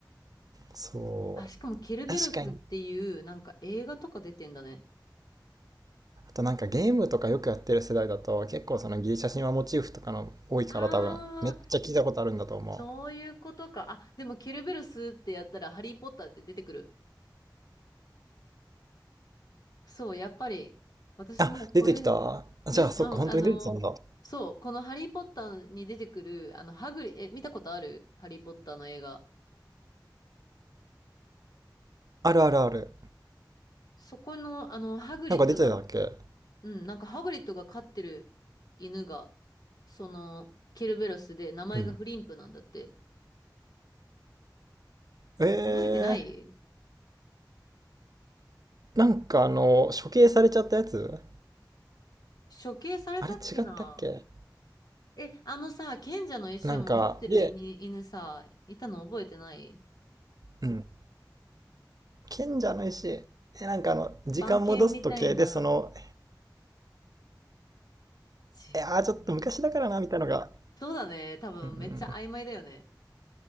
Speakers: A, on the right; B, on the left.
A: そ
B: あ、しかもケルベロスっていう、
A: う。確かに。
B: なんか映画とか出てんだね。
A: あとなんかゲームとかよくやってる世代だと結構そのギリシャ神話モチーフとかの多いから多分めっちゃ聞いたことあるんだと思う。
B: あー、そういうことか。あ、でもケルベロスってやったらハリーポッターって出てくる。そう、やっぱり、私もこれ
A: あ、出てきたあじゃあそっか本当に出てたんだ。
B: です。うん、あの、そう、このハリー・ポッターに出てくる、あの、ハグリ、え、見たことあるハリー・ポッターの映画。
A: あるあるある。
B: そこの、あの、ハグリッドが、
A: なんか出てたっけ
B: うん、なんかハグリッドが飼ってる犬が、その、ケルベロスで、名前がフリンプなんだって。
A: うん。え
B: 覚えてない
A: ー、なんかあの処刑されちゃったやつ
B: 処刑されたっけな
A: あれ違ったっけ
B: え、あのさ、賢者の石を守ってる犬、
A: なんかで、
B: 犬さ、いたの覚えてない
A: うん。賢者の石。え、なんかあの時間戻す時計でその、
B: 番犬みたいな。時間を戻すとき。
A: いやーちょっと昔だからなみたいなのが、
B: そうだね。多分めっちゃ曖昧だよね。
A: うんうん